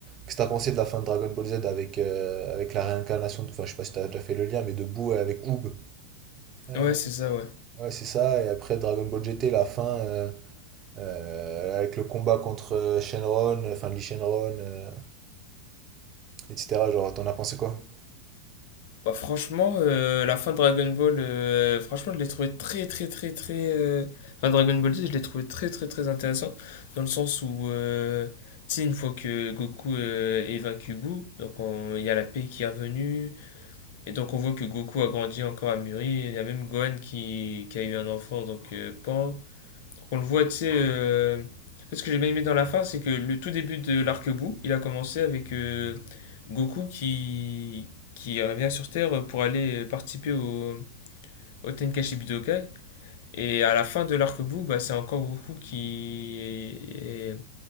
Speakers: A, on the right; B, on the left.
A: qu'est-ce que t'as pensé de la fin de Dragon Ball Z avec, euh, avec la réincarnation, de- enfin je sais pas si t'as déjà fait le lien, mais de Boo avec Oob. Euh,
B: Ouais, c'est ça, ouais.
A: ouais c'est ça, et après Dragon Ball GT, la fin euh, euh, avec le combat contre euh, Shenron, euh, enfin Lee Shenron, euh, etc. Genre t'en as pensé quoi?
B: Bah, franchement, euh, la fin de Dragon Ball, euh, franchement, je l'ai trouvé très, très, très, très. euh, Enfin, Dragon Ball Z, je l'ai trouvé très, très, très intéressant. Dans le sens où, euh, tu sais, une fois que Goku euh, est vaincu Buu, donc on- il y a la paix qui est revenue. Et donc, on voit que Goku a grandi encore à mûri. Il y a même Gohan qui, qui a eu un enfant, donc euh, Pan. On le voit, tu sais. euh, Ce que j'ai bien aimé dans la fin, c'est que le tout début de l'arc-bout, il a commencé avec euh, Goku qui, qui revient sur Terre pour aller participer au, au Tenkaichi Budokai. Et à la fin de l'arc-bout, bah, c'est encore Goku qui est- est-